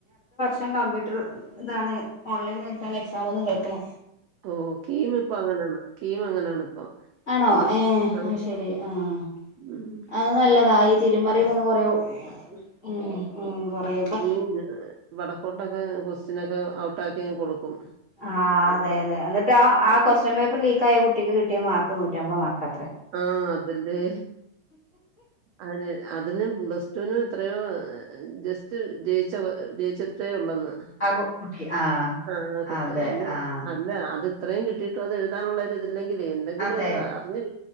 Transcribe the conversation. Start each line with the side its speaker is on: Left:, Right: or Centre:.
Left: ഞാൻ കമ്പ്യൂട്ടർ താണ് ഓൺലൈന്നായ്ട്ടാണ് എക്സാം ന്ന് കേൾക്ക്ണ്
Right: തോ കീമ് ഇപ്പങ്ങനാണ് കീം അങ്ങനാണ് ഇപ്പം
Left: ആണോ
Right: കമ്പ്യൂ
Left: ഏഹ്
Right: ആഹ്
Left: അയ്ശെരി ആഹാ
Right: ഉം.
Left: അത് നല്ലതാ തിരുമറ്യൊക്കൊന്ന് കൊറ്യൂം ഉം ഉം കൊറ്യും ഇപ്പ
Right: പിന്നെ ളവടക്കോട്ടത് ക്വസ്റ്റ്യനൊക്കെ ഔട്ടാക്ക്യങ്ങ് കൊട്ക്കും
Left: ആഹ് അതെയതെ എനിട്ടാ ആ കൊക്സ്റ്റ്യൻ പേപ്പർ ലീക്കായ കുട്ടിക്ക് കിട്ടിയ മാർക്ക് നൂറ്റമ്പത് മാർക്കാത്രേ
Right: ആഹ് അതല്ലേ അതെ അതിന് പ്ലെസ്ടൂന് എത്രയോ ജെസ്റ്റ് ജയ്ച്ച ജയ്ച്ച ച്ചേ ഉള്ളെന്ന്
Left: ആകു കുട്ടി ആഹ്
Right: ആഹ് കുട്ടി
Left: അതെ
Right: അതിന്
Left: ആഹ്
Right: അല്ല അത് ഇത്രയും കിട്ടിയിട്ടും അത് എഴുതാനുള്ളൊര് ഇതില്ലെങ്കിലേ എന്തെങ്കിലൊന്ന്
Left: അതെ
Right: അറിഞ്ഞിരി